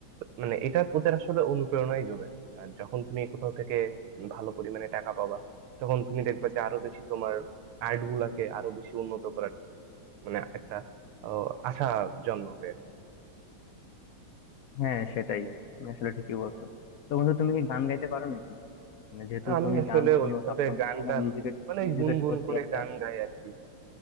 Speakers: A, on the right; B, on the left.
A: মানে এটা ওদের আসলে অনুপ্রেরণাই যোগায় আর যখন তুমি কোথাও থেকে ভালো পরিমাণে টাকা পাবা তখন তুমি দেখবে যে আরো বেশি তোমার আর্ট গুলাকে আরো বেশি উন্নত করার মানে একটা আহ, আশা জন্মাবে
B: হ্যাঁ সেটাই তুমি আসলে ঠিকই বলছো তো বন্ধু তুমি কি গান গাইতে পারো নাকি মানে যেহেতু
A: আমি
B: তুমি
A: আসলে
B: গান শোনো
A: ওইভাবে
B: সবসময়
A: গান
B: তাই
A: টান
B: না মিউজিকের
A: মানে
B: মিউজিকের
A: গুনগুন
B: প্রতি
A: করে
B: একটা
A: গান গাই আর কি